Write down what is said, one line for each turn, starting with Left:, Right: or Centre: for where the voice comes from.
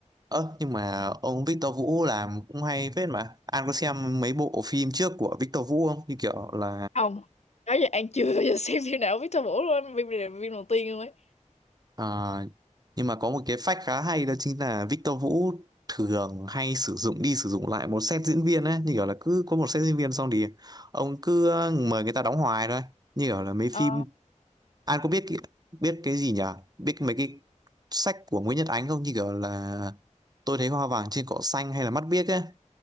Right: ơ nhưng mà ông Victor Vũ làm cũng hay phết mà An có xem mấy bộ phim trước của Victor Vũ không như kiểu là
Left: không nói giờ An chưa bao giờ xem phim nào của Victor Vũ luôn phim này là phim đầu tiên luôn ấy
Right: À, nhưng mà có một cái fact khá hay đó chính là Victor Vũ thường hay sử dụng đi sử dụng lại một set diễn viên ấy như kiểu là cứ có một set diễn viên xong thì ông cứ ờ, mời người ta đóng hoài thôi như kiểu là mấy
Left: Ờ
Right: phim An có biết cái- biết cái gì nhỉ biết mấy cái sách của Nguyễn Nhật Ánh không như kiểu là tôi thấy hoa vàng trên cỏ xanh hay là mắt biếc ấy